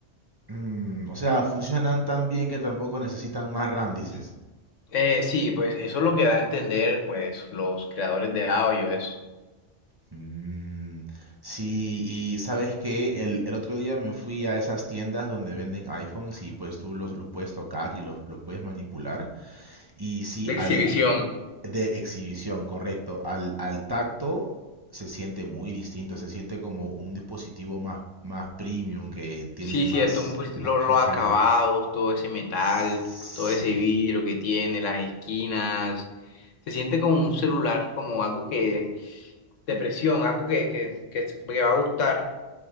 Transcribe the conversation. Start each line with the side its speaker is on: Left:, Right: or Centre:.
Right: Mm, o sea, funcionan tan bien que tampoco necesitan más RAM, dices.
Left: Eh, sí, pues eso es lo que da a entender pues, los creadores de audio, es
Right: Mm, sí, y sabes que el, el otro día me fui a esas tiendas donde venden iPhones y pues tú los, los puedes tocar y los, los puedes manipular. Y sí,
Left: de exhibición.
Right: al, De exhibición, correcto. Al, al tacto se siente muy distinto, se siente como un dispositivo más, más premium que tiene
Left: Sí,
Right: más,
Left: cierto, un pues,
Right: más,
Left: lo-
Right: <laughs>
Left: los
Right: más
Left: acabados,
Right: calidad.
Left: todo ese metal,
Right: Sí,
Left: todo ese vidrio que tiene, las esquinas. Se siente como un celular, como algo que, de presión, algo que, que, que, que va a gustar.